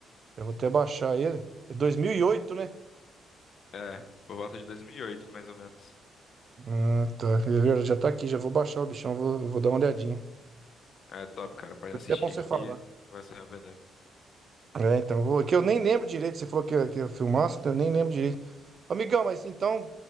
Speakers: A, on the right; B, on the left.
A: Eu vou até baixar ele. É 2008, né?
B: É, por volta de 2008, mais ou menos.
A: Ah, tá. Eu Já tá aqui, já vou baixar o bichão, vou, vou dar uma olhadinha.
B: É top, cara. Pode
A: Foi
B: assistir
A: até bom você
B: que
A: falar. né?
B: vai se arrepender.
A: É, então, eu vou, que eu nem lembro direito, você falou que, que eu filmasse, então eu nem lembro direito. Amigão, mas então,